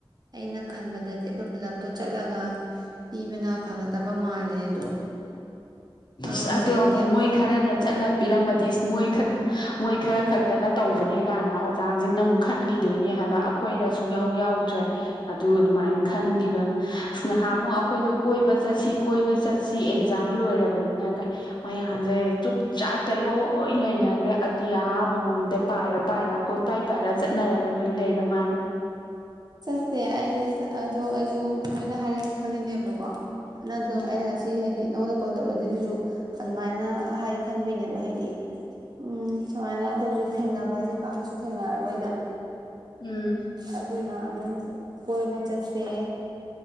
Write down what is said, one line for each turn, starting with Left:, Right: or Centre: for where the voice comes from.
Right: ꯑꯩꯅ ꯈꯟꯕꯗꯗꯤ ꯑꯩꯈꯣꯏ ꯄꯨꯜꯂꯞꯇꯣ ꯆꯠꯂꯒ ꯄꯤꯕꯅ ꯐꯒꯗꯕ ꯃꯥꯜꯂꯦ ꯑꯗꯣ ꯃꯔꯣꯟꯁꯦ
Left: ꯁ ꯑꯗꯣ ꯑꯃꯨꯛ
Right: ꯀꯌꯥꯝ
Left: ꯃꯣꯏ ꯈꯔꯅ ꯆꯠꯂ ꯄꯤꯔꯝꯃꯗꯤ ꯏꯁ ꯃꯣꯏ ꯑ ꯃꯣꯏ ꯈꯔ ꯈꯛꯇꯅ ꯇꯧꯕꯅꯦ ꯀꯥꯏꯅ ꯑꯣꯖꯥꯁꯤꯡꯅ ꯑꯃꯨꯛ ꯈꯟꯈꯤ ꯗꯣꯏꯅꯦ ꯍꯥꯏꯕ ꯑꯩꯈꯣꯏꯗ ꯌꯥꯎꯗ꯭ꯔꯦ ꯑꯗꯨ ꯑꯗꯨꯃꯥꯏꯅ ꯈꯟꯈꯤꯕ ꯑꯃ ꯑ ꯅꯍꯥ ꯑꯃꯨꯛ ꯑꯩꯈꯣꯏꯗ ꯀꯣꯏꯕ ꯆꯠꯁꯤ ꯀꯣꯏꯕ ꯆꯠꯁꯤ ꯑꯦꯛ ꯂꯣꯏꯔꯕꯅꯤꯅ ꯃꯌꯥꯝꯁꯦ ꯆ ꯆꯥꯛꯇ ꯂꯣꯏ ꯂꯩꯅꯈ꯭ꯔꯦ ꯌꯥ ꯃꯃ ꯃꯗ ꯄꯥꯏꯔ ꯄꯥꯏꯔ ꯏ ꯄꯥꯏ ꯄꯥꯏꯔꯒ ꯆꯠꯅꯔꯒ ꯂꯣꯏ ꯂꯩꯔ ꯃꯥꯅꯦ
Right: ꯆꯠꯁꯦ ꯑꯩ ꯑꯗꯣ ꯑꯩꯁꯨ ꯅꯣꯏꯅ ꯍꯥꯏꯔꯛꯀꯦ ꯈꯜꯂꯤꯅꯦꯕꯀꯣ ꯅ ꯑꯗꯨ
Left: ꯎꯝ
Right: ꯑꯩꯅ ꯉꯁꯤ ꯍꯥꯏꯗꯤ ꯅꯉꯗ ꯀꯣꯜ ꯇꯧꯔꯛ ꯑꯗꯨꯗꯨꯁꯨ ꯑꯗꯨꯃꯥꯏꯅ ꯍꯥꯏꯗꯤ ꯈꯟꯕꯩꯅꯦꯕ ꯍꯥꯏꯗꯤ ꯎꯝ ꯁꯨꯃꯥꯏꯅ ꯑꯩꯈꯣꯏꯁꯨ ꯊꯦꯡꯅꯕ ꯍꯥꯏꯁꯦ ꯄꯥꯛꯀꯁꯨ ꯊꯦꯡꯅꯔꯔꯣꯏꯗꯅ
Left: ꯎꯝ
Right: ꯑꯗꯨꯅ ꯑꯗꯨꯝ ꯀꯣꯏꯕ ꯆꯠꯠꯇꯦ